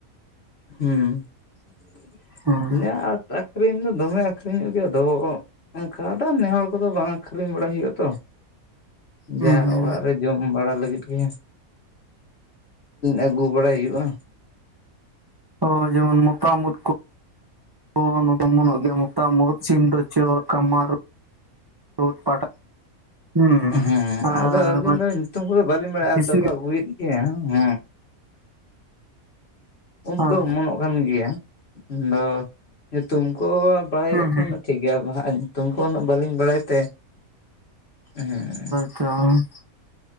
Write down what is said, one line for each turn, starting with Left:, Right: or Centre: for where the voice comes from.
Left: ᱦᱩᱸ <unintelligible>
Right: ᱦᱩᱸ
Left: ᱟᱹᱠᱷᱨᱤᱧ ᱫᱚ ᱫᱚᱢᱮ ᱟᱹᱠᱷᱨᱤᱧᱚᱜ ᱜᱮᱭᱟ ᱟᱫᱚ ᱚᱱᱠᱟ ᱫᱚ ᱱᱮ ᱦᱚᱲ ᱠᱚᱫᱚ ᱵᱟᱝ ᱟᱹᱠᱷᱨᱤᱧ ᱵᱟᱲᱟᱭ ᱦᱩᱭᱩᱜᱼᱟ ᱛᱚ
Right: ᱦᱩᱸ
Left: ᱡᱟ
Right: ᱦᱩᱸ
Left: ᱚᱲᱟᱜ ᱨᱮᱼᱼ ᱡᱚᱢ ᱵᱟᱲᱟ ᱞᱟᱹᱜᱤᱫ ᱜᱤ ᱟᱹᱜᱩ ᱵᱟᱲᱟᱭ ᱦᱩᱭᱩᱜᱼᱟ
Right: ᱚ ᱡᱮᱢᱚᱱ ᱢᱚᱛᱟᱢ ᱩᱛ ᱠᱩ <unintelligible> ᱜᱮᱭᱟ ᱯᱚᱛᱟᱢ ᱩᱫ ᱥᱤᱢᱰᱚᱪᱚ ᱠᱟᱢᱟᱨ ᱩᱫ <unintelligible> ᱦᱩᱸ
Left: ᱦᱮᱸ - ᱮᱸ
Right: ᱟᱨ
Left: ᱟᱫᱚ ᱟᱹᱞᱤᱧ
Right: ᱚᱱᱟ
Left: ᱫᱚ ᱧᱩᱛᱩᱢ ᱠᱚᱫᱚ ᱵᱟᱹᱞᱤᱧ ᱵᱟᱲᱟᱭᱟ
Right: ᱠᱤᱥᱱᱤ
Left: ᱟᱫᱚ ᱠᱚ ᱟᱹᱜᱩᱭᱮᱫ ᱜᱮᱭᱟ ᱩᱸᱢᱼᱼ ᱩᱫ
Right: ᱦᱳᱭ
Left: ᱫᱚ ᱚᱢᱚᱱᱚᱜ ᱠᱟᱱ ᱜᱮᱭᱟ, ᱟᱫᱚ ᱧᱩᱛᱩᱢ ᱠᱚ ᱵᱟᱲᱟᱭ
Right: ᱦᱩᱸ
Left: ᱠᱟᱜ ᱠᱷᱟᱱᱼᱼ
Right: ᱦᱩᱸ
Left: ᱴᱷᱤᱠ ᱜᱮᱭᱟ ᱵᱚ ᱦᱟᱜ ᱧᱩᱛᱩᱢ ᱠᱚ ᱩᱱᱟᱹᱜ ᱵᱟᱹᱞᱤᱧ ᱵᱟᱲᱟᱭ ᱛᱮ ᱦᱮᱸ,
Right: <unintelligible>